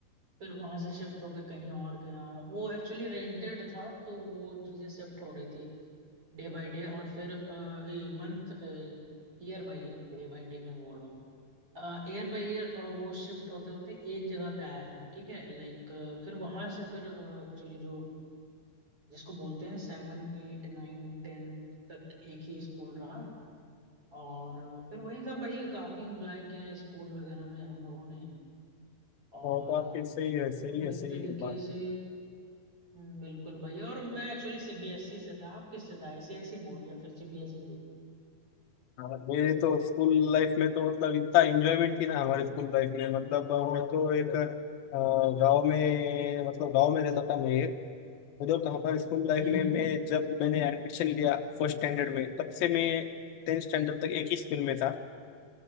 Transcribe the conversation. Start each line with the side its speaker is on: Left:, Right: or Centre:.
Right: फिर वहां से शिफ्ट होके कहीं और गया वो एक्चुअली रेंटेड था तो वो चीजें शिफ्ट हो रही थी डे बाय डे और फिर month year by year Day by day मैं बोल रहा हूँ ईयर बाय ईयर वो शिफ्ट होते होते एक जगह पे आया था ठीक है लाइक फिर वहां से फिर एक्चुअली जो जिसको बोलते हैं सेवन एट नाइन टेन तक एक ही स्कूल रहा और फिर वही सब भाई काफी इंजॉय किया स्कूल वगैरह में हम लोगों ने और
Left: और तो आपके
Right: अ,
Left: सही है सही
Right: मतलब
Left: है
Right: एक
Left: सही
Right: तरीके
Left: है बात
Right: से
Left: है
Right: हम्म, बिल्कुल भाई और मैं actually सीबीएसई से था आप किससे था आईसीआईसी बोर्ड या फिर सीबीएसई से
Left: हाँ, मेरे तो स्कूल लाइफ में तो मतलब इतना एंजॉयमेंट थी ना हमारे स्कूल लाइफ में मतलब अ, मैं तो एक अ, गांव में मतलब गांव में रहता था मैं एक उधर तो हमारे स्कूल लाइफ
Right: हम्म
Left: में
Right: हम्म
Left: मैं जब मैंने एडमिशन लिया फर्स्ट स्टैंडर्ड में तब से मैं टेंथ स्टैंडर्ड तक एक ही स्कूल में था